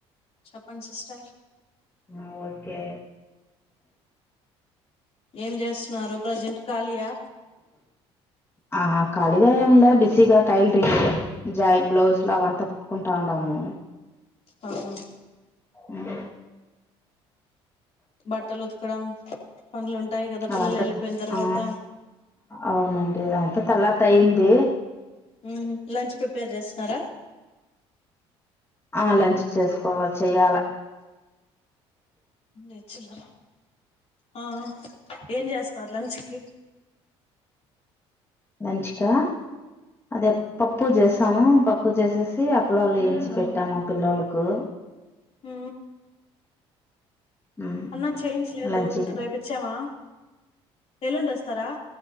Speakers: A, on the left (about 50°); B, on the left (about 20°).
A: చెప్పండి సిస్టర్
B: ఆ ఓకే
A: ఏం చేస్తున్నారు ప్రజెంట్ ఖాళీయా
B: ఆహ ఖాళీగా ఏం లా బిజీగా టైలరింగ్ జాయి బ్లౌజ్ లో అవంతా కుట్కుంటా ఉండము
A: ఆహ
B: ఉమ్
A: బట్టలు ఉతకడం పనులు ఉంటాయి కదా
B: అవంతా
A: పిల్లలు ఎళ్ళిపోయిన తర్వాత
B: ఆ అవునండి ఇది అంత తలత అయింది
A: ఉహూ లంచ్ ప్రిపేర్ చేస్తారా
B: ఆ లంచ్ చేసుకోవా చెయ్యాలా
A: లేచల్ల ఆ ఏం చేస్తారు లంచ్ కి
B: లంచ్ కా అదే పప్పు చేసాము పప్పు చేసేసి అప్పలళ్లుు ఎయించి పెట్టాము పిల్లలకు
A: హ
B: ఉమ్
A: అన్నా చేయించలేదు
B: లంచ్కి
A: రేపు ఇత్ ఇచ్చామా ఎల్లుండి ఆస్తారా